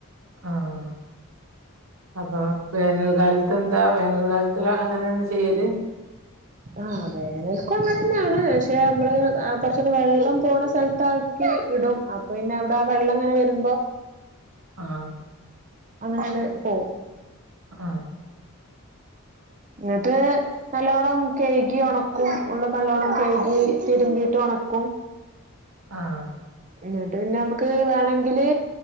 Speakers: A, on the right; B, on the right.
A: ആഹ് അപ്പൊ വേനൽ കാലത്ത് എന്താ വേനൽ കാലത്ത് അങ്ങനെന്നെ ചെയ്യല്
B: ആഹ് വേനൽക്കും അങ്ങനെന്നാണ് പക്ഷെ നമ്മള് കുറച്ചൊക്കെ വെള്ളം പോണ സ്ഥലത്താ ക്കി ഇടും അപ്പൊ പിന്നെ അവിടെ ആ വെള്ളം ഇങ്ങനെ വരുമ്പോ
A: ആഹ്
B: അങ്ങനണ്ട് പോവും
A: ആഹ്
B: ന്നിട്ട് നല്ലോണ്ണം കയ്കി ഒണക്കും ഉള്ളൊക്കെ നല്ലോണം കഴുകി തിരുമ്പിട്ട് ഒണക്കും
A: ആഹ്
B: എന്നിട്ട് പിന്നെ നമുക്ക് വേണെങ്കില്